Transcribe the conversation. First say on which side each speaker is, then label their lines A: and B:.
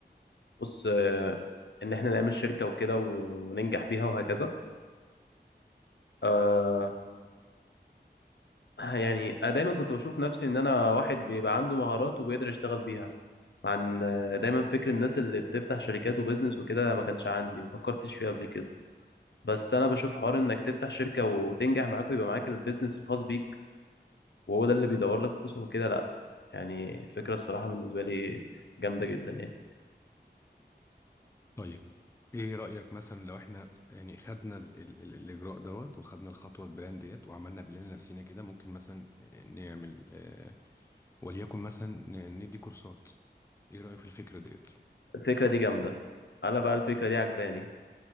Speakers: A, on the left; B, on the left.
A: بص آه، ان احنا نعمل شركة وكده و- وننجح بيها وهكذا آه يعني انا دايما كنت بشوف نفسي ان انا واحد بيبقى عنده مهارات وبيقدر يشتغل بيها عن آه، دايما فكر الناس اللي بتفتح شركات وبزنس وكده ما كانش عندي ما فكرتش فيه قبل كده بس انا بشوف حوار انك تفتح شركه وتنجح معاك ويبقى معاك البيزنس الخاص بيك وهو ده اللي بيدور لك فلوسك وكده لا يعني فكره الصراحه بالنسبه لي جامده جدا يعني
B: طيب ايه رأيك مثلا لو احنا يعني خدنا ال ال ال الاجراء دوت وخدنا الخطوة البلان ديت وعملنا بلان لنفسينا كده ممكن مثلا نعمل آه وليكن مثلا ن- ندي كورسات ايه رأيك في الفكرة ديت
A: الفكره دي جامده انا بقى الفكره دي عجباني